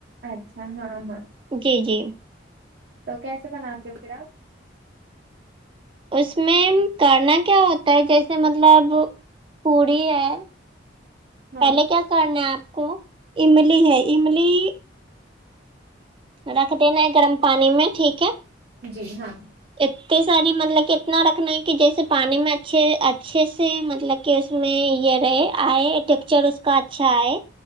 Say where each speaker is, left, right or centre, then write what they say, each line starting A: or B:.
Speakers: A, on the right; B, on the right.
A: اچھا ہاں ہاں
B: جی جی
A: تو کیسے بناتے ہو پھر آپ
B: اس میں کرنا کیا ہوتا ہے جیسے مطلب پوڑی ہے
A: ہاں
B: پہلے کیا کرنا ہے آپ کو املی ہے املی رکھ دینا ہے گرم پانی میں ٹھیک ہے
A: جی ہاں
B: اتنی ساری مطلب کہ اتنا رکھنا ہے کہ جیسے پانی میں اچھے اچھے سے مطلب کہ اس میں یہ رہے آئے ٹیکسچر اس کا اچھا آے